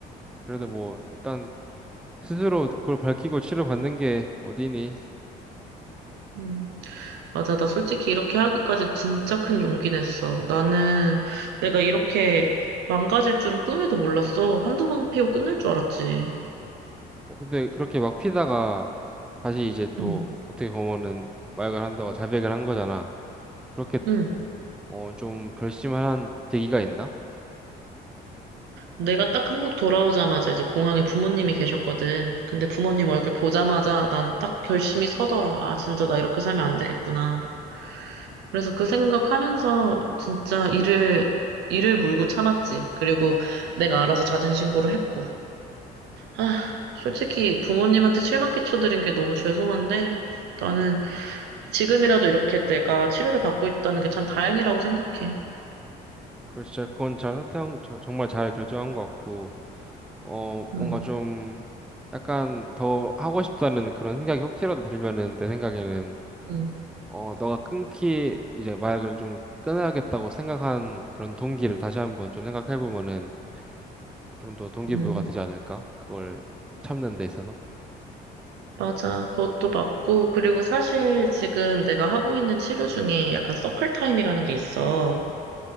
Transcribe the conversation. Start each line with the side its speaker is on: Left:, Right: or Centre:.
Centre: 그래도 뭐 일단 스스로 그걸 밝히고 치료받는 게 어디니?
Right: 음. 맞아. 나 솔직히 이렇게 하기까지 진짜 큰 용기 냈어. 나는 내가 이렇게 망가질 줄은 꿈에도 몰랐어. 한두 번 피고 끝날 줄 알았지.
Centre: 어, 근데 그렇게 막 피다가 다시 이제 또
Right: 응,
Centre: 어떻게 보면은 마약을 한다고 자백을 한 거잖아. 그렇게
Right: 응.
Centre: 어 좀 결심을 한 계기가 있나?
Right: 내가 딱 한국 돌아오자마자 이제 공항에 부모님이 계셨거든. 근데 부모님 얼굴 보자마자 나는 딱 결심이 서더라. 아, 진짜 나 이렇게 살면 안 되겠구나. 그래서 그 생각하면서 진짜 이를, 이를 물고 참았지. 그리고 내가 알아서 자진 신고를 했고. 아, 솔직히 부모님한테 실망 끼쳐드린 게 너무 죄송한데, 나는 지금이라도 이렇게 내가 치료를 받고 있다는 게 참 다행이라고 생각해.
Centre: 그 진짜 그건 잘 선택한- 저- 정말 잘 결정한 것 같고 어
Right: 음,
Centre: 뭔가 좀 약간 더 하고 싶다는 그런 생각이 혹시라도 들면은 내 생각에는
Right: 음,
Centre: 어 너가 끊기 이제 마약을 좀 끊어야겠다고 생각한 그런 동기를 다시 한번 좀 생각해 보면은 좀 더 동기부여가
Right: 음.
Centre: 되지 않을까? 그걸 참는 데 있어서.
Right: 맞아. 그것도 맞고, 그리고 사실 지금 내가 하고 있는 치료 중에 약간 서클 타임이라는 게 있어.